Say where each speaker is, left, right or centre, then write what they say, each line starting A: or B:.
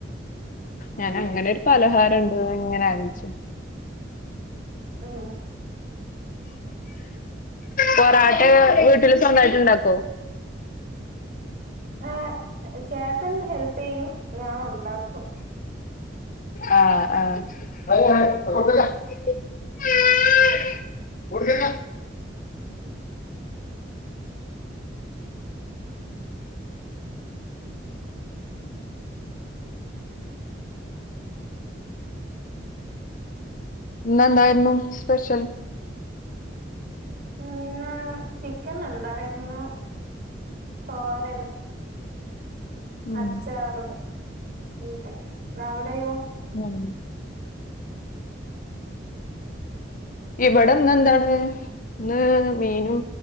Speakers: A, on the left; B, on the right.
A: ഞൻ അങ്ങനെൊരു പലഹാരണ്ട്ന്ന് ങ്ങനെ ആലോയ്ച്ചു
B: ഉം
A: പൊറാട്ട വീട്ടില് സ്വന്തായ്ട്ട്ണ്ടാക്കോ
B: ആ ചേട്ടൻ ഹെൽപെയ്യും ഞാൻ ഉണ്ടാക്കും
A: ആഹ ആഹ് <unintelligible> ഓടിക്കൾക അ ഇന്നെന്തായ്രുന്നു സ്പെഷൽ
B: ഇന്ന് ചിക്കന്ണ്ടായിരുന്നു തോരൻ
A: ഉം
B: അച്ചാറ് <unintelligible> അവിടെയോ
A: ഉം ഇവടെ ഇന്നെന്താണ് ഇന്ന് മീനു